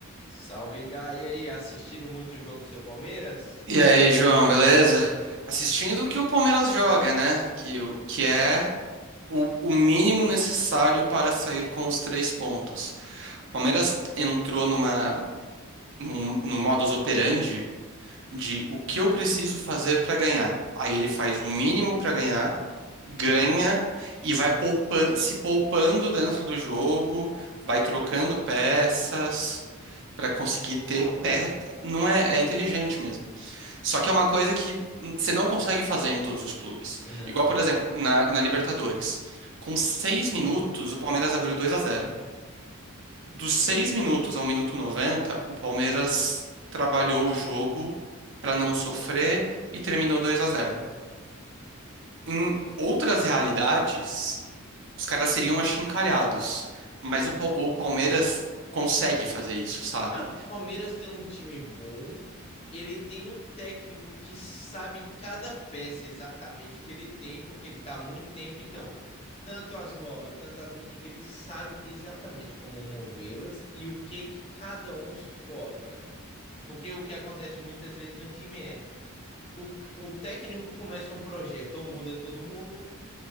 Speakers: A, on the left; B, on the right.
A: Salve, Gá. E aí, assistiram muito o jogo do seu Palmeiras?
B: E aí, João, beleza? Assistindo o que o Palmeiras joga, né? Que, o- que é o, o mínimo necessário para sair com os três pontos. O Palmeiras entrou numa, num, num modus operandi de o que eu preciso fazer para ganhar. Aí ele faz o mínimo para ganhar, ganha
A: E é isso.
B: e vai poupan- se poupando dentro do jogo, vai trocando peças para conseguir
A: Genial
B: ter pé.
A: isso.
B: Não é, é inteligente mesmo. Só que é uma coisa que você não consegue fazer em todos os clubes.
A: Não,
B: Igual, por exemplo, na, na Libertadores. Com seis minutos, o Palmeiras abriu 2 a zero. Dos seis minutos ao minuto noventa o Palmeiras trabalhou o jogo para não sofrer e terminou 2 a zero. Em outras realidades, os caras seriam achincalhados. Mas o, Pal- o Palmeiras
A: sim.
B: consegue fazer isso, sabe?
A: Ah, o Palmeiras tem um time bom. Ele tem um técnico que sabe cada peça exatamente que ele tem, porque ele tá há muito tempo. Então, tanto as novas, tanto as antigas, ele sabe exatamente como movê-las e o que que cada um suporta. Porque o que acontece muitas vezes no time é o, o técnico começa um projeto ou muda todo mundo,